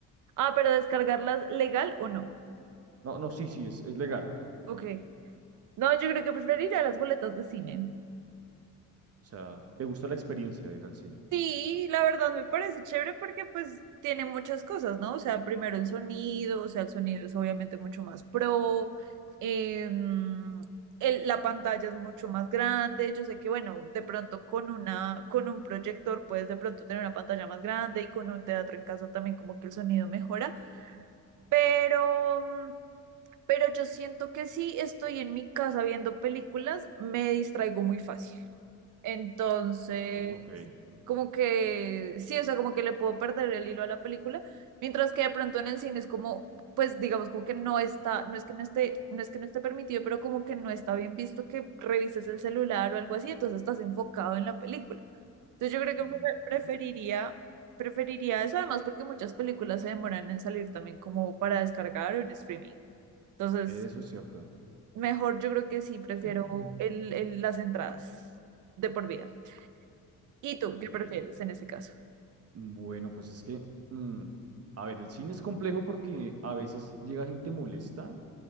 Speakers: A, on the right; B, on the right.
A: Ah, pero descargarlas legal o no.
B: No, no, sí, sí, es, es legal.
A: Ok. No, yo creo que preferiría las boletas de cine.
B: O sea, te gusta la experiencia de ir al cine.
A: Sí, la verdad me parece chévere porque pues tiene muchas cosas, ¿no? O sea, primero el sonido, o sea, el sonido es obviamente mucho más pro, em, el- la pantalla es mucho más grande, yo sé que bueno, de pronto con una, con un proyector puedes de pronto tener una pantalla más grande y con un teatro en casa también como que el sonido mejora, pero, mm, pero yo siento que si estoy en mi casa viendo películas, me distraigo muy fácil. Entonces,
B: <clears throat> Ok.
A: como que, sí, o sea, como que le puedo perder el hilo a la película, mientras que de pronto en el cine es como, pues digamos, como que no está, no es que no esté, no es que no esté permitido, pero como que no está bien visto que revises el celular o algo así, entonces estás enfocado en la película. Entonces yo creo
B: mm,
A: que pre-
B: ok,
A: preferiría, preferiría eso, además porque muchas películas se demoran en salir también como para descargar o en streaming. Entonces,
B: Eso es cierto.
A: mejor yo creo que sí, prefiero
B: <clears throat>
A: el, el- las entradas de por vida. ¿Y tú
B: Ok.
A: qué prefieres en ese caso?
B: Bueno, pues es que, mm, a ver, el cine es complejo porque a veces llega gente molesta